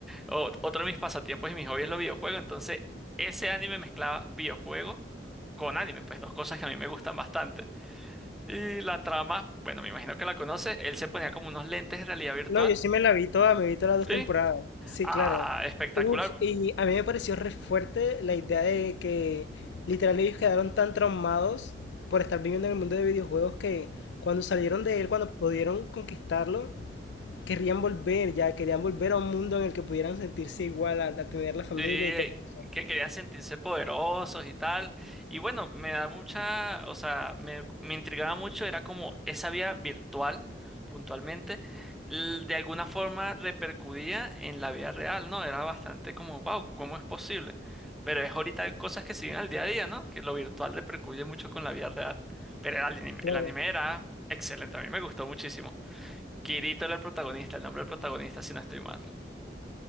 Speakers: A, in the centre; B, on the left (about 85°).
A: o- otro de mis pasatiempos y mis hobbies es los videojuegos. Entonces, ese anime mezclaba videojuegos con anime, pues dos cosas que a mí me gustan bastante. Y la trama, bueno, me imagino que la conoce, él se ponía como unos lentes de realidad virtual,
B: No, yo sí me la vi toda, me vi todas las
A: ¿sí?
B: dos temporadas. Sí,
A: Ah,
B: claro.
A: espectacular.
B: Uf, y a mí me pareció re fuerte la idea de que literal ellos quedaron tan traumados por estar viviendo en el mundo de videojuegos que cuando salieron de él, cuando pudieron conquistarlo, querrían volver ya, querían volver a un mundo en el que pudieran sentirse igual, a, a tener la familia
A: Sí,
B: y todo eso.
A: que querían sentirse poderosos y tal. Y bueno, me da mucha, o sea, me, me intrigaba mucho, era como esa vía virtual, puntualmente, l- de alguna forma repercutía en la vida real, ¿no? Era bastante como, wow, ¿cómo es posible? Pero es ahorita cosas que se viven al día a día, ¿no? Que lo virtual repercute mucho con la vida real. Pero el anime,
B: Bueno,
A: el anime era excelente, a mí me gustó muchísimo. Kirito era el protagonista, el nombre del protagonista, si no estoy mal.